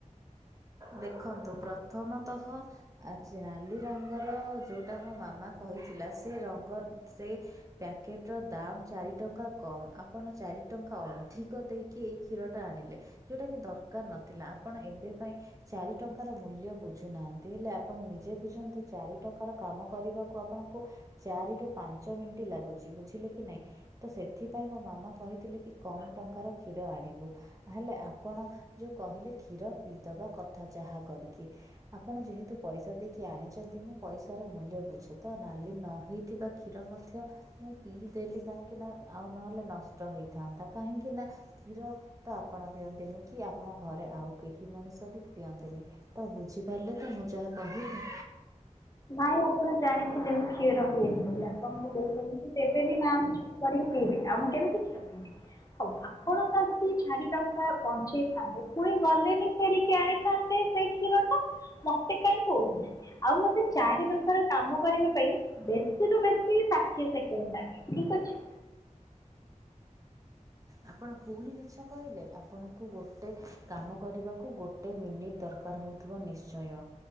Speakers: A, on the right; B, on the left.
A: ଦେଖନ୍ତୁ ପ୍ରଥମତଃ ଆଚା ନାଲି ରଙ୍ଗର ଯଉଁଟା ମୋ ମାମା କହିଥିଲା ସ୍ ସେ ରଙ୍ଗ ସେ ପ୍ୟାକେଟ୍ ର ଦାମ୍ ଚାରି ଟଙ୍କା। କମ୍ ଆପଣ ଚାରି ଟଙ୍କା ଅଧିକ ଦେଇକି ଏଇ କ୍ଷୀରଟା ଆଣିଲେ। ଯୋଉଟା କି ଦରକାର୍ ନଥିଲା ଆପଣ ଏବେ ପାଇଁ ଚାରି ଟଙ୍କାର ମୂଲ୍ୟ ବୁଝ୍ ଝୁନାହାନ୍ତି ହେଲେ ଆପଣ ନିଜେ ବୁଝନ୍ତୁ ଚାରି ଟଙ୍କାର କାମ କରିବାକୁ ଆପଣଙ୍କୁ ଚାରି ରୁ ପାଞ୍ଚ ମିନ୍ଟି ଲାଗୁଚି ବୁଝିଲେ କି ନାଇଁ ତ ସେଥିପାଇଁ ମୋ ମାମା କହିଥିଲେ କି କମ୍ ଟଙ୍କାର କ୍ଷୀର ଆଣିବୁ ନହେଲେ ଆପଣ ଯେଉ କହିଲେ କ୍ଷୀର ପିଇଦବା କ ଥା ଚାହା କରିକି। ଆପଣ ଯେହେତୁ ପଇସା ଦେଇକି ଆଣିଛନ୍ତି ମୁଁ ପଇସାର ମୂଲ୍ୟ ବୁଝେ ତ ନାଲି ନ ହେଇଥିବା କ୍ଷୀର ମଧ୍ୟ ମୁଁ ପିଇଦେଲି କାହିଁକିନା ଆଉ ନହେଲେ ନଷ୍ଟ ହେଇଥାନ୍ତା କାହିଁକିନା କ୍ଷୀର ତ ଆପଣ ପିଅନ୍ତିନି କି ଆମ ଘରେ ଆଉ କେହି ମଣିଷ ବି ପିଅନ୍ତିନି ତ ବୁଝିପାରିଲେ ତ ମୁଁ ଯାହା କହିଲି।
B: ନାଇଁ ଆପଣ ଜାଣିଥିଲେ ମୁଁ କ୍ଷୀର ପିଏନି ବୋଲି ଆପଣଙ୍କ ବୋଉ ତମକୁ ଦେବେନି ନା <unintelligible> କରିକି ପିଇବି ଆଉ ମୁଁ କେମିତି କ୍ଷୀର ପିଇବି ହଉ ଆପଣ ତ <unintelligible> ଚାରି ଟଙ୍କା ବଞ୍ଚେଇ ଥାନ୍ତେ ପୁଣି ଗଲେନି ଫେରିକି ଆଣିଥାନ୍ତେ ସେ କ୍ଷୀରକୁ। ମତେ କାହିଁ କହୁଥିଲେ? ଆଉ ମତେ ଚାରି ଟଙ୍କାର କାମ କରିବା ପାଇଁ ବେଶୀ ରୁ ବେଶୀ ଷାଠିଏ ସେକେଣ୍ଡ ଲାଗେ। ଠିକ ଅଛି।
A: ଆପଣ ପୁଣି ମିଛ କହିଲେ। ଆପଣଙ୍କୁ ଗୋଟେ କାମ କରିବାକୁ ଗୋ ଗୋଟେ ମିନିଟ୍ ଦରକାର ହେଉଥିବ ନିଶ୍ଚୟ।